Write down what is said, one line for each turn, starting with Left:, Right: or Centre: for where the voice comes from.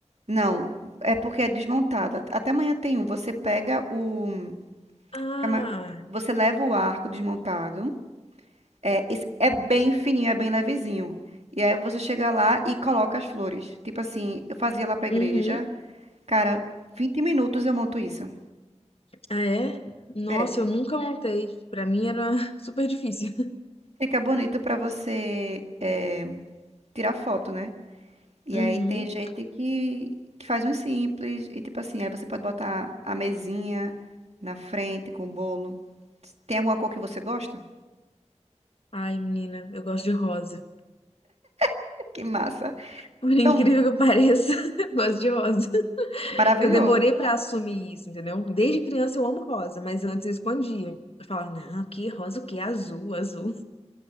Right: Não, é porque é desmontado. At- Até amanhã tem um. Você pega o.
Left: Ah,
Right: cama- Você leva o arco desmontado. É, esse- é bem fininho, é bem levezinho. E aí você chega lá e coloca as flores. Tipo assim, eu fazia lá pra igreja.
Left: uhum.
Right: Cara, 20 minutos eu monto isso.
Left: Ah, é? Nossa,
Right: É,
Left: eu nunca montei. Pra mim era <laughs> super difícil.
Right: fica bonito pra você é, tirar foto, né? E
Left: Uhum.
Right: aí tem gente que, que faz uns simples e tipo assim, aí você pode botar a mesinha na frente com o bolo. Tem alguma cor que você gosta?
Left: Ai, menina, eu gosto de rosa.
Right: <laughs> Que massa.
Left: Por incrível
Right: Então,
Left: que pareça, <laughs> eu gosto de rosa.
Right: maravilhoso.
Left: Eu demorei pra assumir isso, entendeu? Desde criança eu amo rosa, mas antes eu escondia. Eu falava, não, que rosa o quê? Azul, azul.